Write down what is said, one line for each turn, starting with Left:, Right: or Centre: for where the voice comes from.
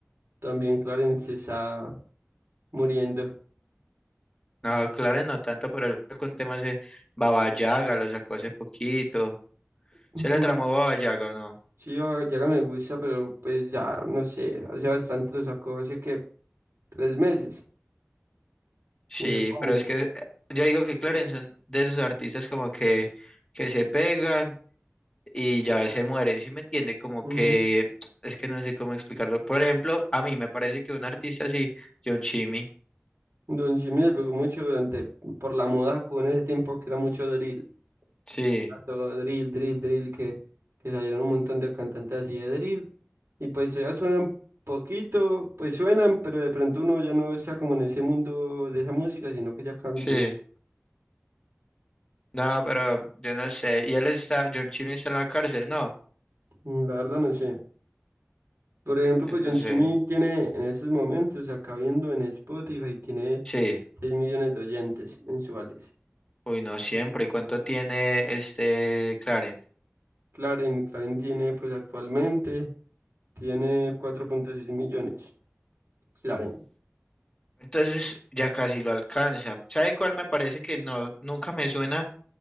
Right: También Clarence está muriendo.
Left: No, claro, no tanto, pero él sacó un tema hace Baba Yaga, lo sacó hace poquito.
Right: Ujú.
Left: ¿Se le tramó Baba Yaga o no?
Right: Sí, ahora me gusta, pero pues ya, no sé, hace bastante lo sacó, hace que tres meses,
Left: Sí,
Right: no le pongo.
Left: pero es que eh, yo digo que Clarence son de esos artistas como que, que se pegan y ya se mueren, ¿sí me entiende? Como
Right: Ujú.
Left: que <tsk> es que no sé cómo explicarlo. Por ejemplo, a mí me parece que un artista así, John Chimmy.
Right: Don Jimmy le pegó mucho durante, por la moda con ese tiempo que era mucho drill,
Left: Sí,
Right: a todo drill, drill, drill, que, que salieron un montón de cantantes así de drill, y pues ya suenan poquito, pues suenan, pero de pronto uno ya no está como en ese mundo de esa música, sino que ya cambió,
Left: sí. No, pero yo no sé. Y él está, John Chimmy está en la cárcel, no.
Right: Mm, la verdad no sé. Por ejemplo,
Left: Yo
Right: pues
Left: no
Right: John Chimmy
Left: sé.
Right: tiene en estos momentos, acá viendo en Spotify, tiene
Left: Sí.
Right: 6 millones de oyentes mensuales.
Left: Uy, no siempre. ¿Y cuánto tiene este Clarence?
Right: Claren, Claren tiene pues actualmente, tiene cuatro punto seis millones. Claren.
Left: Entonces ya casi lo alcanza. ¿Sabe cuál me parece que no, nunca me suena,